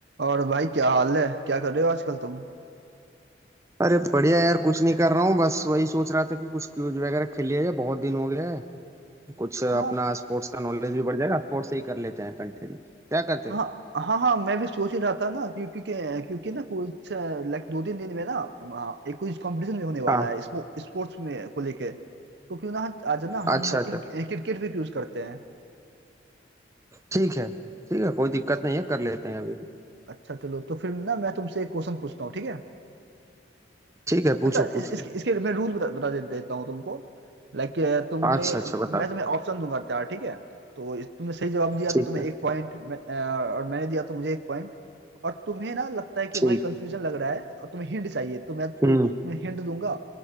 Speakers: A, on the right (about 65°); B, on the right (about 15°).
A: और भाई क्या हाल है क्या कर रहे हो आजकल तुम
B: अरे बढ़िया यार कुछ नहीं कर रहा हूँ बस वही सोच रहा था कि कुछ क्यूज वगैरह खेल लिया जाए बहुत दिन हो गया है कुछ
A: हाँ
B: अपना स्पोर्ट्स का नॉलेज भी बढ़ जाएगा स्पोर्ट्स से ही कर लेते हैं कंटिन्यू क्या करते
A: हाँ
B: हो
A: हाँ हाँ मैं भी सोच ही रहा था ना क्योंकि क्योंकि क्योंकि ना कुछ लाइक दो तीन दिन में ना हाँ, एक कुछ कंपटीशन भी होने वाला
B: हाँ
A: है स्पो, स्पोर्ट्स में को लेके तो क्यों ना हम- आज ना
B: अच्छा
A: हम क्रिक,
B: अच्छा
A: क्रिकेट भी यूज करते हैं
B: ठीक है ठीक है कोई
A: अ-
B: दिक्कत नहीं है कर लेते हैं अभी
A: अच्छा चलो तो फिर ना मैं तुमसे एक क्वेश्चन पूछता हूँ ठीक है
B: ठीक है पूछो
A: अच्छा इस,
B: पूछो
A: इसके इसके मैं रूल बता, बता दे, देता हूँ तुमको लाइक तुमने
B: अच्छा अच्छा बता
A: मैं तुम्हें ऑप्शन दूंगा चार ठीक है तो इस- तुमने सही जवाब दिया तो
B: ठीक
A: तुम्हें
B: है
A: एक पॉइंट और मैंने दिया तो मुझे एक पॉइंट और तुम्हें ना लगता है कि
B: ठीक
A: भाई कंफ्यूजन लग रहा है और तुम्हें हिंट चाहिए तो मैं कोई
B: हम्म
A: तुम्हें हिंट दूंगा